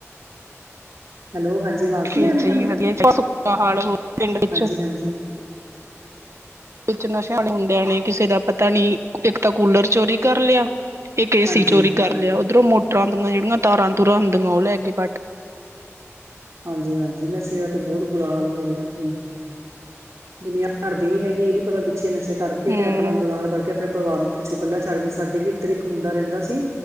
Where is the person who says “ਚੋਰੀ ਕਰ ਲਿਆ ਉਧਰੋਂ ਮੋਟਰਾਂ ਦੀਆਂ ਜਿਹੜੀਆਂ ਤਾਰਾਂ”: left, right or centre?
Right